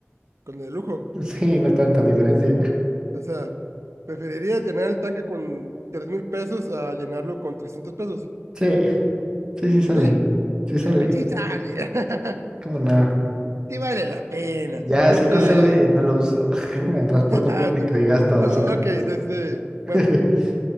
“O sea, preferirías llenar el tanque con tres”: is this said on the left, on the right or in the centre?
Right